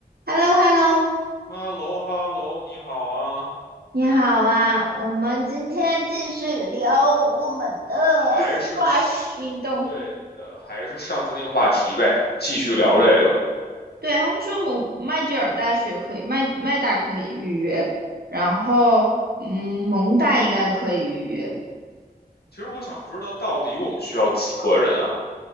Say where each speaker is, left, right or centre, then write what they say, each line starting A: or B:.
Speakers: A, on the right (about 75°); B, on the left (about 80°).
A: h e l l o h e l l o
B: 哈喽哈喽，你好啊，
A: 你好啊！我们今天继续聊我们的
B: 还是
A: squash 运动。
B: 对的，还是上次那个话题呗，继续聊这个。
A: 嗯，对，他们说蒙麦吉尔大学可以，麦麦大可以预约，然后嗯，蒙大应该可以预约。
B: 其实我想知道，到底我们需要几个人啊？